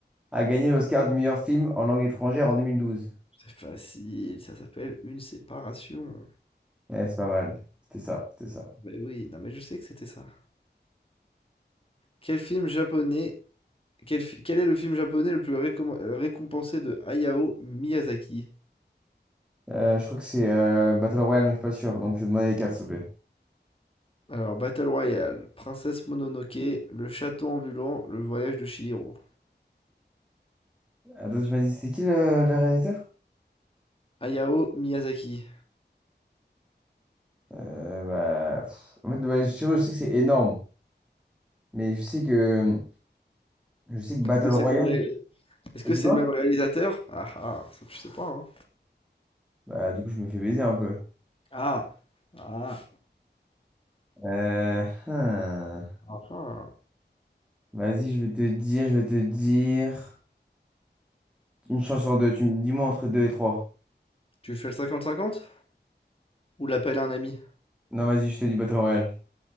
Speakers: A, in the centre; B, on the left (about 30°).
A: a gagné l'Oscar du meilleur film en langue étrangère en 2012.
B: C'est facile, ça s'appelle une séparation.
A: Eh, c'est pas mal. C'était ça, c'était ça.
B: Mais oui, non mais je sais que c'était ça. Quel film japonais, quel, fi- quel est le film japonais le plus récom- euh, récompensé de Hayao Miyazaki?
A: Euh, je crois que c'est euh, Battle Royale, mais je suis pas sûr. Donc je vais demander les quatre, s'il te plaît.
B: Alors, Battle Royale, Princesse Mononoke, Le Château ambulant, Le Voyage de Chihiro.
A: Attends, tu m'as dit, c'était qui le, le réalisateur?
B: Hayao Miyazaki.
A: Euh, bah, pff, en fait, ouais, je sais je sais que c'est énorme. Mais je sais que, je sais que Battle
B: Est-ce que c'est
A: Royale,
B: le nom Est-ce
A: t'as
B: que
A: dit
B: c'est
A: quoi?
B: le même réalisateur? Ah ah, ça tu sais pas, hein.
A: Bah, du coup, je me fais baiser un peu.
B: Ah! Ah!
A: Euh, hein.
B: Ah ah!
A: Vas-y, je vais te dire, je vais te dire. Une chance sur deux. Tu me dis-moi entre deux et trois.
B: Tu fais le cinquante cinquante Ou l'appel à un ami?
A: Non, vas-y, je te dis Battle Royale.